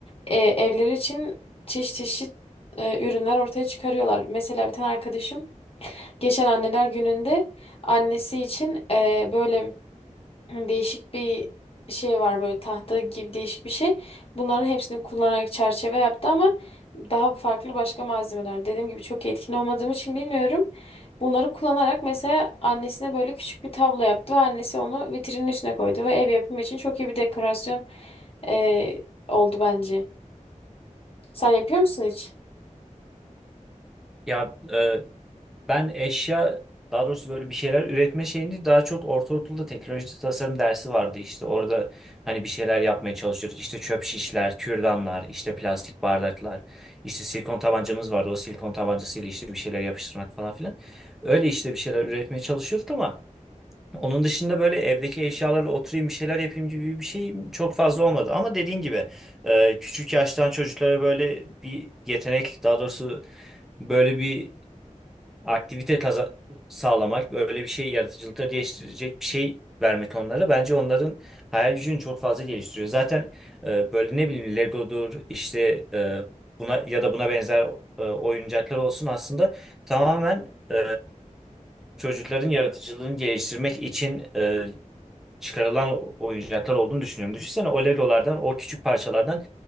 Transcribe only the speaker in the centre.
Ya e, ben eşya daha doğrusu böyle bir şeyler üretme şeyini daha çok ortaokulda teknoloji tasarım dersi vardı işte. Orada hani bir şeyler yapmaya çalışıyorduk. İşte çöp şişler, kürdanlar, işte plastik bardaklar, işte silikon tabancamız vardı. O silikon tabancasıyla işte bir şeyler yapıştırmak falan filan. Öyle işte bir şeyler üretmeye çalışıyorduk ama Onun dışında böyle evdeki eşyalarla oturayım bir şeyler yapayım gibi bir şey çok fazla olmadı. Ama dediğin gibi e, küçük yaştan çocuklara böyle bir yetenek daha doğrusu böyle bir aktivite kaza- sağlamak, böyle bir şey yaratıcılıkları geliştirecek bir şey vermek onlara bence onların hayal gücünü çok fazla geliştiriyor. Zaten e, böyle ne bileyim Lego'dur işte e, buna ya da buna benzer e, oyuncaklar olsun aslında tamamen e, çocukların yaratıcılığını geliştirmek için e, çıkarılan oyuncaklar olduğunu düşünüyorum. Düşünsene o Legolardan, o küçük parçalardan